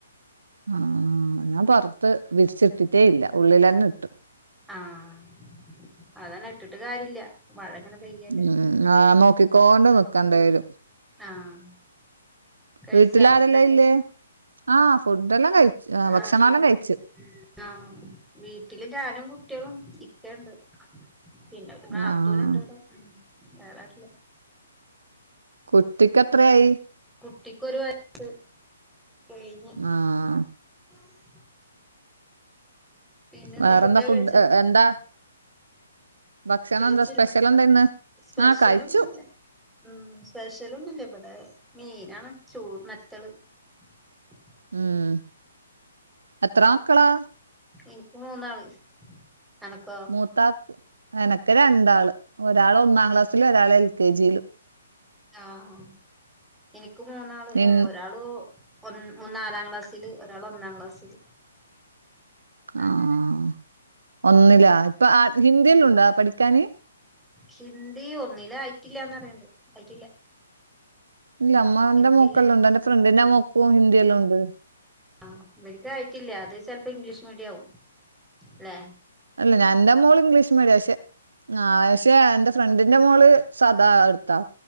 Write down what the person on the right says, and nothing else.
ആഹ് ഞാൻ പൊറത്ത് വിര്ച്ചിട്ടിട്ടേ ഇല്ല ഉള്ളിലെന്നെ ഇട്ടു
ഉം ആഹ് നോക്കിക്കോണ്ട് നിക്കണ്ടെരും
വീട്ട്ല് ആരെല്ലാം
ഇല്ലേ ആഹ് ഫുഡ്ഡെല്ലാം കഴിച്ച് ഭക്ഷണല്ലാം
കഴിച്ച്
ആഹ്
കുട്ടിക്ക് എത്രയായി
ആഹ്
വേറെന്താ
ഫുഡ്
എ എന്താ ഭക്ഷണം
എന്താ സ്പെഷ്യൽ എന്താ ഇന്ന്
ആഹ് കഴിച്ചു
ഉം എത്ര മക്കളാ
മുത്താ ക് എനക്ക് രണ്ടാള്. ഒരാൾ ഒന്നാം ക്ലാസ്സില്, ഒരാള് എൽ കെ ജി ലും.
നിൻ
ആഹ് ഒന്നിലാ ഇപ്പൊ ആ ഹിന്ദിയെല്ലം ഉണ്ടാ പഠിക്കാന്.
ഇല്ല അമമാന്റെ
മോക്കെല്ലാം ഉണ്ട്. എന്റെ ഫ്രണ്ടിന്റെ മോക്കു ഹിന്ദിയെല്ലാം ഉണ്ട്.
അല്ല ഞ എന്റെ മോള് ഇംഗ്ലീഷ് മീഡിയ പക്ഷെ ആ പക്ഷെ എ ഫ്രണ്ടിന്റെ മോള് സാദാ എടുത്താ